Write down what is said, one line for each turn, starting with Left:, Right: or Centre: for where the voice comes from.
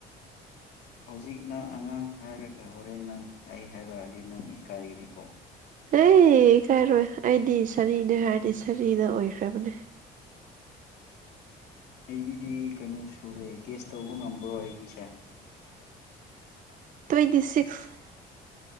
Left: ꯍꯧꯖꯤꯛ ꯅꯪ ꯑꯉꯥꯡ ꯍꯥꯏꯔꯒ ꯍꯣꯔꯦꯟ ꯅꯪ ꯑꯩ ꯍꯥꯏꯔꯛꯑꯗꯤ ꯅꯪ ꯏꯀꯥꯏꯒꯤꯅꯤꯀꯣ
Right: ꯑꯦ ꯀꯥꯏꯔꯣꯏ ꯑꯩꯗꯤ ꯁꯥꯔꯤꯅꯦ ꯍꯥꯏꯔꯗꯤ ꯁꯥꯔꯤꯅ ꯑꯣꯏꯈ꯭ꯔꯕꯅꯦ
Left: ꯑꯩꯒꯤꯗꯤ ꯀꯩꯅꯣ ꯁꯨꯔꯦ ꯒꯦꯁ ꯇꯧꯕ ꯉꯝꯕ꯭ꯔꯣ ꯑꯩꯒꯤꯁꯦ
Right: ꯇ꯭ꯋꯦꯟꯇꯤ ꯁꯤꯛꯁ